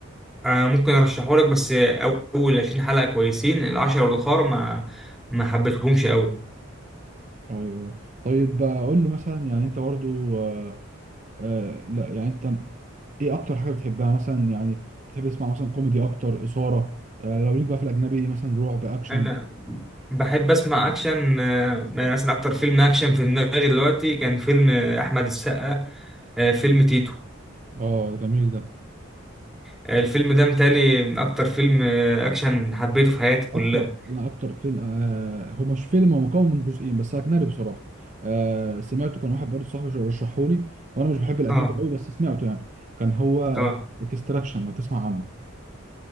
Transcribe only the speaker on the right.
ايوه طيب آه، قول لي مثلا يعني انت برضو آه، آه، لا يعني انت ايه اكتر حاجه بتحبها مثلا يعني بتحب تسمع مثلا كوميدي اكتر اثاره آه، لو ليك بقى في الاجنبي مثلا رعب اكشن
اه جميل ده
اكتر انا اكتر فيلم آه هو مش فيلم هو مكون من جزئين بس اجنبي بصراحه آه سمعته كان واحد برضه صاحبي رشحه لي وانا مش بحب الاجنبي
قوي بس سمعته يعني كان هو
اكستراكشن لو تسمع عنه